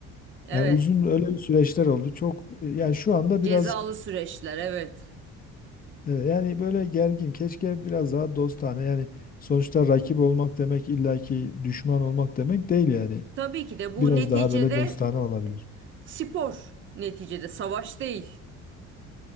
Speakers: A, on the right; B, on the left.
A: Evet.
B: Yani uzun öyle bir süreçler oldu. Çok yani şu anda
A: Cezalı
B: biraz
A: süreçler, evet.
B: Evet, yani böyle gergin. Keşke biraz daha dostane. Yani sonuçta rakip olmak demek illaki düşman olmak demek değil yani.
A: Tabii ki de bu
B: Biraz
A: neticede
B: daha böyle dostane olabilir.
A: spor. Neticede savaş değil.